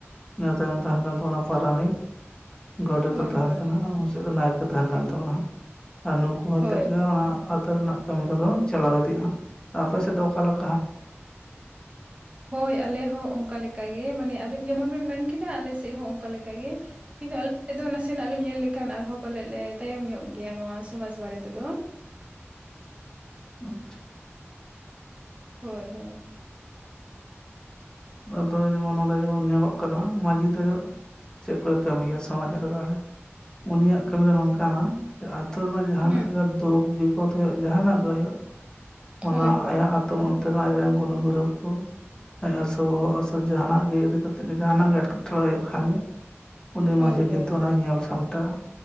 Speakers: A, on the left (about 15°); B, on the right (about 25°).
A: ᱤᱱᱟᱹ ᱛᱟᱭᱚᱢ ᱛᱟᱦᱮᱱ ᱠᱟᱱ ᱛᱟᱵᱚᱱᱟ ᱯᱟᱨᱟᱱᱤᱠ, ᱜᱚᱰᱮᱛ
B: ᱦᱳᱭ
A: ᱫᱚ ᱛᱟᱦᱮᱱ
B: ᱦᱳᱭ
A: ᱠᱟᱱᱟ ᱟᱨ ᱢᱩᱪᱟᱹᱫ ᱨᱮ ᱱᱟᱭᱠᱮ ᱛᱟᱦᱮᱱ ᱠᱟᱱ ᱛᱟᱵᱚᱱᱟ ᱦᱟᱸᱜ ᱟᱨ ᱱᱩᱠᱩ ᱦᱚᱛᱮᱫ
B: ᱦᱳᱭ
A: ᱜᱮ ᱚᱱᱟ, ᱟᱹᱛᱩ ᱨᱮᱱᱟᱜ ᱠᱟᱹᱢᱤ ᱠᱚᱫᱚ ᱪᱟᱞᱟᱣ ᱤᱫᱤᱜ-ᱟ ᱦᱟᱸᱜ ᱟᱯᱮ ᱥᱮᱫ ᱫᱚ ᱚᱠᱟᱞᱮᱠᱟ?
B: ᱦᱳᱭ ᱟᱞᱮ ᱦᱚᱸ ᱚᱱᱠᱟ ᱞᱮᱠᱟ ᱜᱮ ᱢᱟᱱᱮ ᱟᱵᱤᱱ ᱡᱮᱢᱚᱱ ᱵᱤᱱ ᱢᱮᱱ, ᱠᱮᱫᱟ ᱟᱞᱮ ᱥᱮᱫ ᱦᱚᱸ ᱚᱱᱠᱟ ᱞᱮᱠᱟ ᱜᱮ ᱠᱤᱱᱛᱩ ᱟᱞᱮ ᱥᱮᱜ ᱫᱚ ᱱᱟᱥᱮᱱᱟᱜ ᱞᱮ ᱧᱮᱞ ᱞᱮᱠᱷᱟᱱ ᱟᱨᱦᱚᱸ ᱯᱟᱞᱮᱫ ᱞᱮ ᱛᱟᱭᱚᱢ ᱧᱚᱜ ᱜᱮᱭᱟ ᱱᱚᱣᱟ ᱥᱚᱢᱟᱡᱽ ᱵᱟᱨᱮ ᱛᱮᱫᱚ᱾
A: ᱟᱪᱪᱷᱟ ᱪᱷᱟ᱾
B: ᱦᱳᱭ ᱦᱳᱭ᱾
A: ᱵᱟᱫᱚ ᱡᱮᱢᱚᱱ ᱱᱚᱸᱰᱮ ᱡᱮᱢᱚᱱ ᱧᱮᱞᱚᱜ ᱠᱟᱱᱟ ᱢᱟᱸᱡᱷᱤ ᱛᱮ ᱫᱚ ᱪᱮᱫ ᱠᱚᱭ ᱠᱟᱹᱢᱤᱭᱟ ᱥᱚᱢᱟᱡᱽ ᱨᱮ ᱛᱟᱦᱚᱞᱮ ᱩᱱᱤ ᱭᱟᱜ ᱠᱟᱹᱢᱤ ᱫᱚ ᱱᱚᱝᱠᱟ ᱱᱟ, ᱡᱮ ᱟᱛᱳ ᱨᱮᱱᱟᱜ ᱡᱟᱦᱟᱸ
B: ᱦᱩᱸ
A: ᱱᱟᱜ ᱜᱮ ᱫᱩᱠ ᱵᱤᱯᱚᱫ ᱦᱩᱭᱩᱜ ᱡᱟᱦᱟᱸ ᱱᱟᱜ ᱜᱮ ᱦᱩᱭᱩᱜ ᱚᱱᱟ
B: ᱦᱳᱭ ᱦᱳᱭ
A: ᱟᱭᱟᱜ ᱟᱛ ᱛᱩ ᱢᱚᱫᱽᱫᱷᱮ ᱨᱮᱱ ᱟᱡ ᱨᱮᱱ ᱜᱩᱱᱩ ᱜᱩᱨᱤᱵᱽ ᱠᱩ ᱮᱸᱥ, ᱛᱚ ᱵᱚᱦᱚᱜ ᱦᱟᱥᱩ ᱥᱮ ᱡᱟᱦᱟᱸ ᱱᱟᱜ ᱜᱮ ᱤᱫᱤ ᱠᱟᱛᱮᱜ ᱜᱮ ᱡᱟᱦᱟᱸ ᱱᱟᱜ ᱜᱮ ᱮᱴᱠᱮᱴᱚᱬᱮ ᱦᱩᱭᱩᱜ ᱠᱷᱟᱱ ᱜᱮ, ᱩᱱᱤ
B: ᱦᱳᱭ
A: ᱢᱟᱺᱡᱷᱤ
B: ᱦᱳᱭ
A: ᱠᱤᱱᱛᱩ ᱚᱱᱟᱭ ᱧᱮᱞ ᱥᱟᱢᱴᱟᱣᱟ᱾